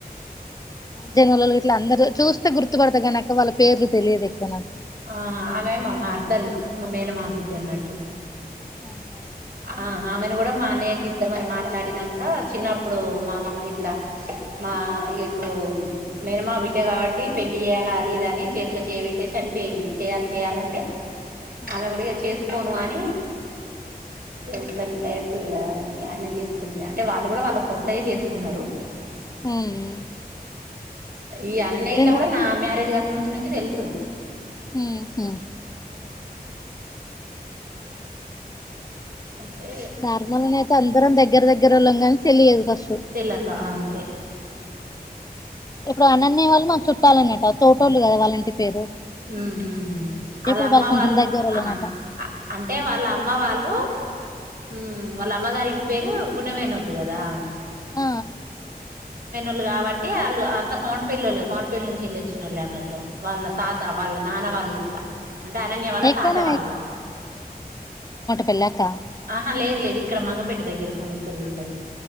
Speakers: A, on the left (about 20°); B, on the right (about 65°).
A: జానిగిల్లోళ్లు ఇట్లా అందరు చూస్తే గుర్తుపడతాను అక్క వాళ్ళ పేర్లు తెలియదు ఎక్కువ నాకు
B: ఆ ఆమె మా మరదలు మా మేనమామ బిడ్డ అన్నట్టు
A: అవునా
B: ఆహా హమ్ ఆమెను కూడా మా అన్నయ్యకి ఇద్దామని మాట్లాడినాక చిన్నప్పుడు మామమ్మ ఇట్లా మా ఇప్పుడు మేనమామ బిడ్డ కాబట్టి పెండ్లి చేయాలి అది ఇది అని చేతిలో చేయి పెట్టేసి చనిపో పోయింది చేయాలి చేయాలంటే
A: ఆ
B: ఆమె గూడ చేసుకోను అని ఎవరికని డైరెక్ట్ ఆయనం చేసుకుంది అంటే వాళ్ళు కూడా వాళ్ళ వరసై చేసుకున్నారు
A: ఉమ్
B: ఇ అన్న
A: జన
B: ఇట్లు లో కూడా నా మ్యారేజ్ గా ముందు నుంచి తెలుసు
A: మ్మ్
B: అయితే
A: నార్మల్ గా అయితే అందరం దగ్గర దగ్గరుల్లం కానీ తెలియదు ఫస్ట్
B: తెలక అంతే
A: ఇప్పుడు అనన్య వాళ్లు మా చుట్టాలన్నట తోటోళ్ళు కదా వాళ్ళంటి పేరు
B: ఉ వాళ్ళ
A: ఇప్పుడు
B: అమ్మ
A: వాళ్ళు కొంచెం
B: వాళ్లు
A: దగ్గరోళ్ళనట
B: ఆ అంటే వాళ్ళ అమ్మ వాళ్ళు ఉ వాళ్ళ అమ్మగారి ఇంటి పేరు గుండె పోయినోళ్ళు కదా
A: ఆ
B: వాళ్లు కాబట్టి వాళ్ళు అంత కొంటుపెల్లి వాళ్ళ కొంటుపెళ్లి నుంచి వెళ్ళొచ్చినోళ్లే అన్నట్టు వాళ్ళ తాత వాళ్ళ నాన్న వాళ్లు ఇట్లా అంటే అనన్య వాళ్ళ
A: ఎక్కడ
B: తాత వాళ్ళు
A: పిలక
B: ఆహా లేదు లేదు ఇక్కడ మంగపేట దగ్గర కొమ్ముడిపల్లి ఉంటది